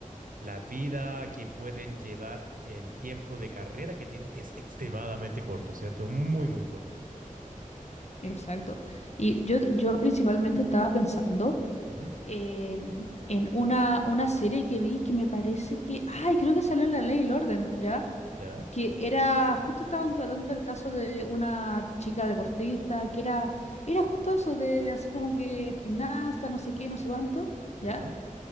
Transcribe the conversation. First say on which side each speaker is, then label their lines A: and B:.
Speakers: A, on the right; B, on the left.
A: La vida que pueden llevar, el tiempo de carrera que tienen es extremadamente corto, ¿cierto? Muy, muy corto.
B: exacto. Y yo, yo principalmente estaba pensando
A: Ujú.
B: en, en una, una serie que vi que me parece que, ay, creo que salió en La Ley y el Orden, ¿ya?
A: ¿Ya?
B: Que era, justo estaban tratando el caso de una chica deportista, que era, era justo eso, de así como que es gimnasta, no sé qué, no sé cuánto,
A: ¿Ya?
B: ¿ya?